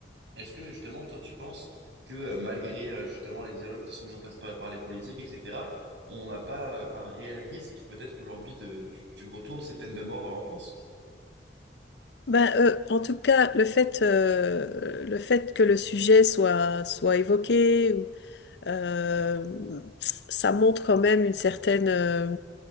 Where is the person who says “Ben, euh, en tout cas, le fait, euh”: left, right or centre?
Left